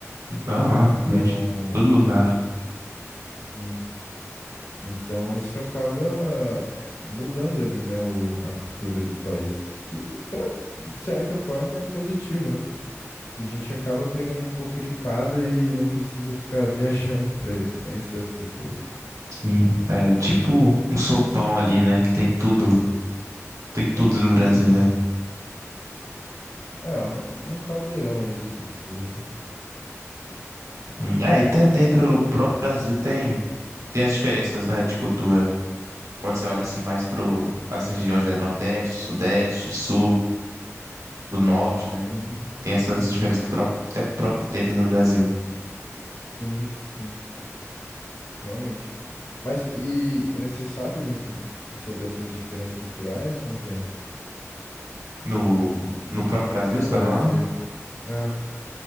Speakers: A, on the right; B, on the left.
A: de
B: Então,
A: todo lugar.
B: sim. Então, isso acaba mudando ali, né? O, a cultura do país, que de certa forma é positivo, né? Que a gente acaba pegando um pouco de cada e não precisa ficar <laughs> viajando para conhecer as culturas.
A: Sim, É tipo um sopão ali, né? Que tem tudo, tem tudo no
B: Uhum.
A: Brasil, né?
B: É é um, é um caldeirão ali de culturas, né? Uhum.
A: Hum, É, e até dentro no próprio Brasil tem, tem as diferenças, né, de cultura. Quando você olha assim mais pro as regiões, né, Nordeste, Sudeste, Sul, do Norte, né?
B: Sim.
A: Tem essas
B: Uhum.
A: diferenças culturais até próprio dentro do Brasil.
B: Sim, sim. realmente. Mas e você sabe muito sobre essas diferenças culturais? Como que é?
A: No, no próprio Brasil,
B: No
A: você
B: Brasil.
A: tá falando?
B: Ah,